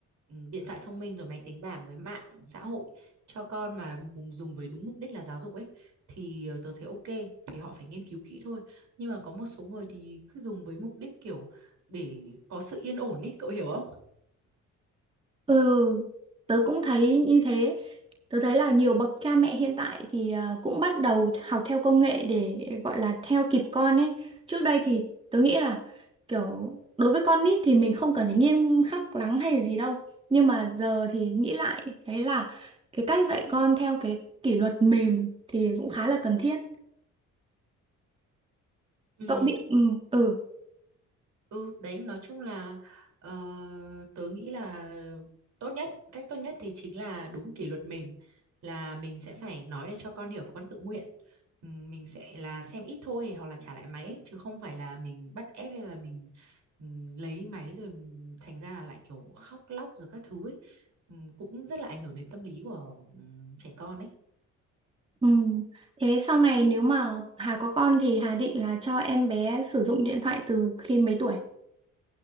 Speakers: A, on the right (about 65°); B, on the right (about 20°).
A: ừm, điện thoại thông minh rồi máy tính bảng với mạng xã hội cho con mà mùng- dùng với đúng mục đích là giáo dục ấy thì ờ, tớ thấy ok thì họ phải nghiên cứu kỹ thôi nhưng mà có một số người thì cứ dùng với mục đích kiểu để có sự yên ổn ấy cậu hiểu không
B: Ừ, tớ cũng thấy như thế. Tớ thấy là nhiều bậc cha mẹ hiện tại thì ờ, cũng bắt đầu học theo công nghệ để gọi là theo kịp con ấy. Trước đây thì tớ nghĩ là kiểu đối với con nít thì mình không cần phải nghiêm khắc lắm hay gì đâu. Nhưng mà giờ thì nghĩ lại thấy là cái cách dạy con theo cái kỷ luật mềm thì cũng khá là cần thiết.
A: ừ
B: Cậu định ừ ừ
A: Ừ đấy nói chung là ờ, tớ nghĩ là tốt nhất cách tốt nhất thì chính là đúng kỷ luật mềm là mình sẽ phải nói để cho con hiểu và con tự nguyện Ừm, mình sẽ là xem ít thôi hoặc là trả lại máy ấy, chứ không phải là mình bắt ép hay là mình ừm, lấy máy rồi thành ra là lại kiểu khóc lóc rồi các thứ ấy Ừm, cũng rất là ảnh hưởng đến tâm lý của ừm, trẻ con ấy
B: ừ. Thế sau này nếu mà Hà có con thì Hà định là cho em bé sử dụng điện thoại từ khi mấy tuổi?